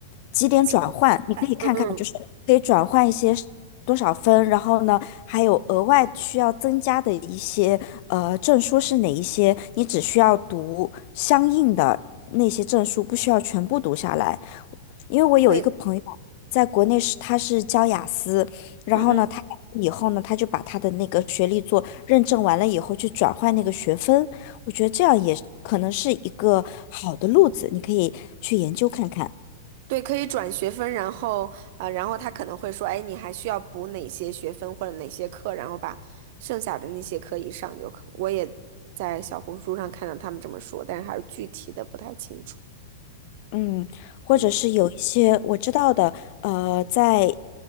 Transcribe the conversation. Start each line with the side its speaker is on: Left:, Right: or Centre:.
Left: 几点转换，
Right: 积分制嗯嗯，
Left: 你可以看看，就是可以转换一些是多少分，然后呢，还有额外需要增加的一些呃证书是哪一些，你只需要读相应的那些证书，不需要全部读下来。因为我有一个朋友在国内是他是教雅思，
Right: 对，
Left: 然后呢，
Right: 嗯嗯，
Left: 他以后呢，他就把他的那个学历做认证完了以后去转换那个学分，我觉得这样也可能是一个好的路子，你可以去研究看看。
Right: 对，可以转学分，然后啊、然后他可能会说，哎，你还需要补哪些学分或者哪些课，然后把剩下的那些课一上就可。我也在小红书上看到他们这么说，但是还是具体的不太清楚。
Left: 嗯，或者是有一些我知道的，
Right: 嗯
Left: 呃，在